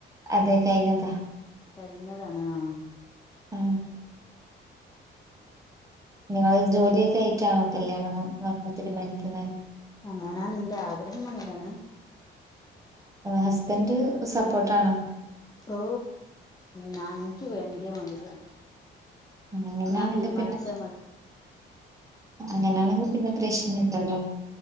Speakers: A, on the right; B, on the left.
A: അതെ കഴിഞ്ഞതാ.
B: കഴിഞ്ഞതാണ് ആ
A: ആ നിങ്ങൾ ജോലിയൊക്കെ ആയിറ്റാണോ കല്യാണോ നോക്കാൻ തീരുമാനിക്കുന്നെ
B: അങ്ങനാണ് നിന്റെ ആഗ്രഹം അങ്ങനാണ്
A: ഹസ്ബൻഡ് സപ്പോർട്ടാണോ
B: ഓ ഞ എനിക്ക് വേണ്ടിയ <unintelligible>
A: അങ്ങനാണെങ്കി
B: ഞാൻ തീരുമാനിച്ച
A: പിന്നെ
B: മതി
A: അങ്ങനാണെങ്കി പിന്നെ പ്രശ്നണ്ടാലോ